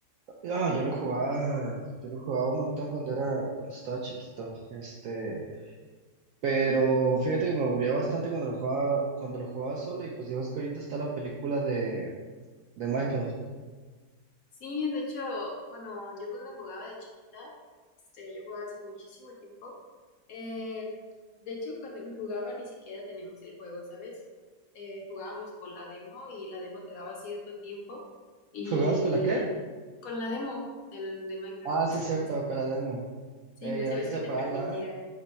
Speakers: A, on the right; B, on the left.
A: Ah, yo lo jugaba, yo lo jugaba un montón cuando era, cuando estaba chiquito. Este, pero fíjate que me aburría bastante cuando lo jugaba, cuando lo jugaba solo y pues digo, es que ahorita está la película de, de Minecraft.
B: Sí, de hecho, bueno, yo cuando jugaba de chiquita, este, yo jugaba hace muchísimo tiempo. Eh, de hecho, cuando lo jugaba ni siquiera teníamos el juego, ¿sabes? Eh, jugábamos con la demo y la demo te daba cierto tiempo y
A: ¿Jugabas con la qué?
B: con la demo del, de Minecraft,
A: Ah,
B: o
A: sí,
B: sea,
A: es cierto, con la demo.
B: Sí,
A: Ey,
B: pues
A: antes
B: ya ves que
A: de
B: te
A: pagarla,
B: permitía,
A: ¿eh?